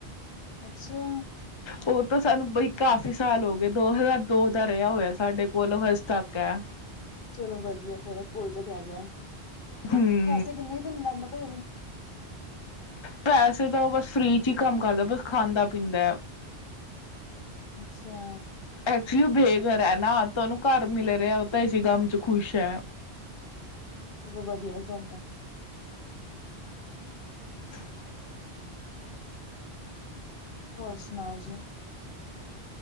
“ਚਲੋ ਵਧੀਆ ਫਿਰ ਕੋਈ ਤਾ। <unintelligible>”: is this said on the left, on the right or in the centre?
Left